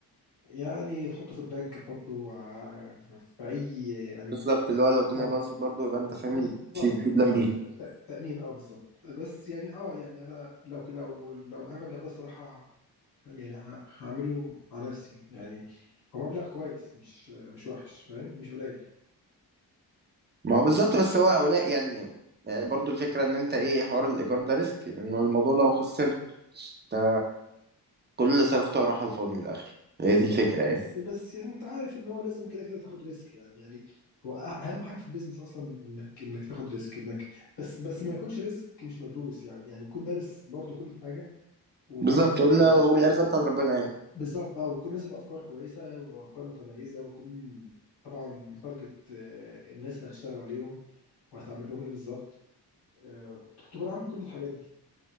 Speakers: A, on the left; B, on the right.
A: يعني تحطه في البنك تحطه ع- في اي يعني
B: بالظبط اللي هو لو الدنيا
A: اه
B: باظت برضه يبقى انت فاهم
A: بالظبط
B: في في بلان
A: بالظبط
B: بي
A: ت- تأمين اه بالظبط بس يعني اه يعني انا لو لو لو معايا المبلغ ده الصراحة ه- يعني ه- هعمله مع نفسي يعني هو مبلغ كويس مش مش وحش فاهم مش قليل
B: ما هو بالظبط بس هو هؤلاء يعني يعني برضه الفكره ان انت ايه حوار الايجار ده ريسك انه الموضوع لو خسر انت كل اللي صرفته هيروح على الفاضي من الاخر
A: بالظبط
B: هي دي الفكره
A: اه بس
B: يعني
A: بس يعني انت عارف ان هو لازم كده كده تاخد ريسك يعني يعني هو أه- اهم حاجة في البيزنس اصلا انك انك تاخد ريسك انك بس بس ما يكونش ريسك مش مدروس يعني يعني تكون دارس برضو كل حاجة وتكون
B: بالظبط
A: نازل
B: وال- والارزاق بتاعت ربنا يعني
A: بالظبط اه وتكون نازل بافكار كويسه وافكار متميزه وتكون طبعا متارجت آه، الناس اللي هتشتغل عليهم وهتعمل لهم ايه بالظبط آه، تكون عامل كل الحاجات دي